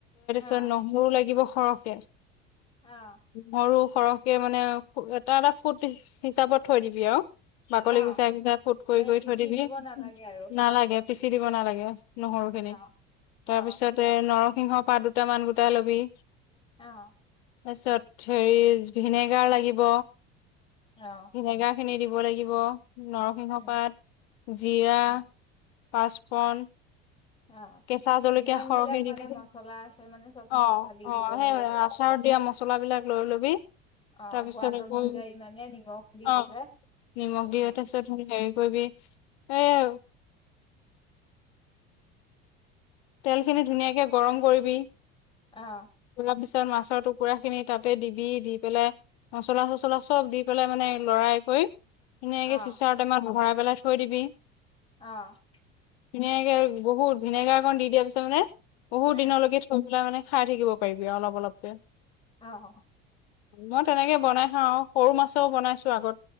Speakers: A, on the left; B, on the left.
A: অ',
B: তাৰপিছত নহৰুও লাগিব সৰহকে
A: অ'।
B: নহৰু সৰহকে মানে এটা এটা ফুট হিচাপত থৈ দিবি আৰু। শশী আও। বাকলি
A: অ',
B: গুচাই গুচাই ফুট কৰি
A: মানে
B: কৰি
A: পিচি
B: থৈ দিবি,
A: দিব নালাগে আৰু
B: নালাগে। পিচি দিব নালাগে নহৰু খিনি,
A: অ', অ',
B: তাৰ পিছতে নৰসিংহৰ পাত দুটা মান গোটাই লবি।
A: অৱ।
B: তাৰপিছত হেৰি ভিনেগাৰ লাগিব।
A: অ',
B: ভিনেগাৰ খিনি দিব লাগিব নৰসিংহ
A: উম
B: পাত জিৰা।
A: অ',
B: পাঁচপূৰণ-
A: অ',
B: কেঁচা জলকীয়া
A: যিমান
B: সৰকে
A: বিলাক
B: দি
A: মানে
B: দে দেই,
A: মছলা আছে মানে চব মছলা
B: অৱ
A: দি দিব
B: অৱ
A: লাগে
B: সেই
A: আৰু
B: আচাৰত দিয়া মছলাবিলাক লৈ ল'বি
A: অ',
B: তাৰপিছত
A: সোৱাদ
B: আকৌ
A: অনুযায়ী মানে নিমখ দি পেলাই
B: অৱ', নিমখ দি
A: উম,
B: তাৰ পিছত হেৰি কৰিবি, এইয়া আৰু। তেল খিনি ধুনীয়াকে গৰম কৰিবি।
A: অৱ।
B: অলপ পিছত মাছৰ টুকুৰা খিনি তাতে দিবি, দি পেলাই মচলা চচলা চ'ব দি পেলাই মানে লৰাই কৰি ধুনীয়াকে
A: অ',
B: চিচাৰ টেমাত ভৰাই পেলাই থৈ দিবি।
A: অৱ।
B: ভিনেগাৰ বহুত ভিনেগাৰ অকন দি দিয়াৰ পিছত মানে বহুত
A: উম,
B: দিনলৈকে থ মানে খাই থাকিব পাৰিবি অলপ অলপকে।
A: অৱ।
B: মই তেনেকে বনাই খাওঁ আৰু সৰু মাছেও বনাইছো আগত।